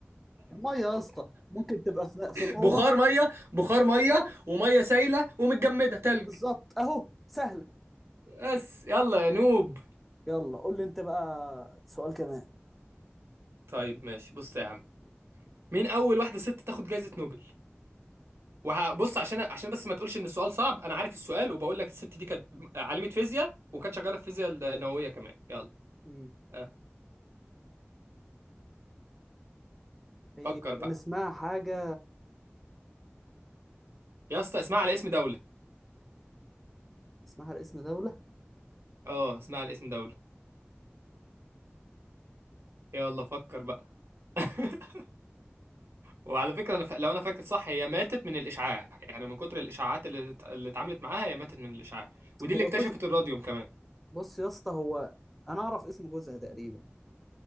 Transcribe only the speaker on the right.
بخار مية بخار مية
ومية سايلة ومتجمدة تلج
بس يلا يا نوب
طيب ماشي بص يا عم مين اول واحده ست تاخد جائزه نوبل وهبص عشان عشان بس ما تقولش ان السؤال صعب انا عارف السؤال وبقول لك الست دي كانت عالمه فيزياء وكانت شغاله في الفيزياء النوويه كمان يلا
أه.
فكر بقى
يا اسطى اسمها على اسم دوله
اه اسمها على اسم دوله يلا فكر بقى <laughs> وعلى فكره أنا ف... لو انا فاكر صح هي ماتت من الاشعاع يعني من كتر الاشاعات اللي ات- اللي اتعاملت معاها هي ماتت من الاشعاع ودي
اللي اكتشفت
الراديوم كمان